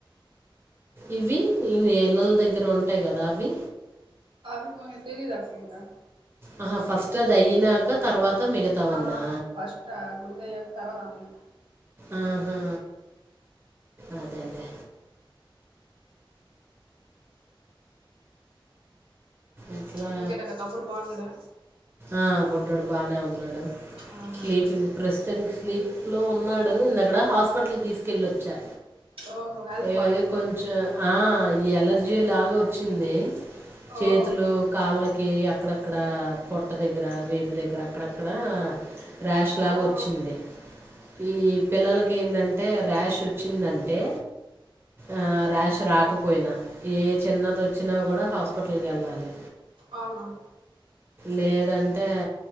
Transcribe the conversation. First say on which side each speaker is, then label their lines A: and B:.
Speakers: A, on the right; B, on the right.
A: ఇవి ఈేళ్లల దగ్గర ఉంటాయి కదా అవి
B: అభకు తెలిదా ఇకా
A: ఆహ ఫస్ట్ అది అయయినాక తర్వాత మిగతావన్నా?
B: ఆ ఫస్ట్ ఆ గుడిద అయ్యాక తర్వాత అంనీ
A: ఆహా అదేలేే ఎట్లా
B: ఇంకేంటక్కా మీ తమ్ముడు బాగున్నాడా
A: ఆ బొడ్డాడు బానే ఉన్నాడు
B: ఆహా
A: స్లీపింగ్ ప్రెస్ తనినికి స్లీప్ లో ఉన్నాడు ఇంతక్కడ హాస్పిటల్ తీసుకెళ్ళ వచ్చా
B: ఓహో హెల్త్
A: ఏ
B: బాలేదా
A: కొంచెం ఆ ఈ ఎలర్జీ లాగ వచ్చింది చేతులు
B: ఓహో
A: కాళ్ళకి అక్కడక్కడ పొట్ట దగ్గర వీపు దగ్గర అక్కడక్కడ ర్యాష్ లాగా
B: ఓహో
A: వచ్చింది ఈ పిల్లలకి ఏంటంటే ర్యాష్ వచ్చిందంటే ఆ ర్యాష్ రాకపోయినా ఏ చిన్నది వచ్చినా కూడా హాస్పిటల్ కి వెళ్ళాలి
B: అవునా
A: లేదంటే